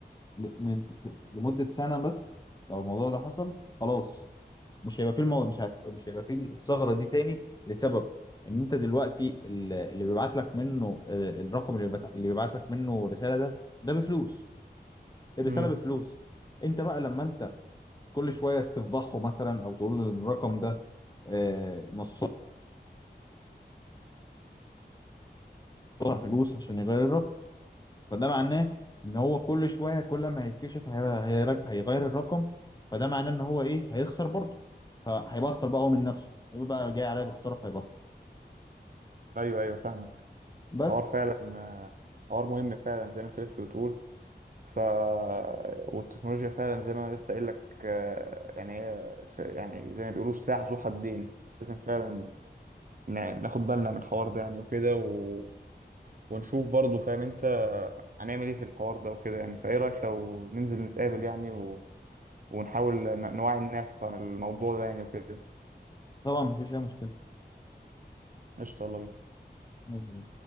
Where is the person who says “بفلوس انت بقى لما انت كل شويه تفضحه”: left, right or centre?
Left